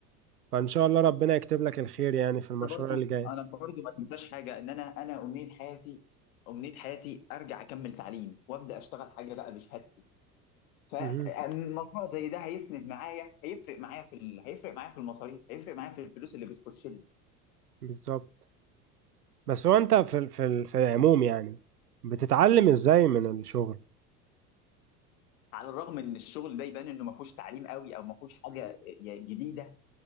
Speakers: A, on the right (about 85°); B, on the left (about 65°).
A: فإن شاء الله ربنا يكتب لك الخير يعني في المشروع
B: أنا برضو
A: اللي جاي
B: أنا برضو ما تنساش حاجة إن أنا أنا أمنية حياتي أمنية حياتي أرجع أكمل تعليم وأبدأ أشتغل حاجة بقى بشهادتي فمشروع
A: مهم.
B: زي ده هيسند معايا هيفرق معايا في ال... هيفرق معايا في المصاريف هيفرق معايا في الفلوس اللي بتخش لي
A: بالظبط بس هو أنت في ال- في ال- في العموم يعني بتتعلم إزاي من الشغل
B: على الرغم ان الشغل ده يبان انه ما فيهوش تعليم قوي او ما فيهوش حاجه جديده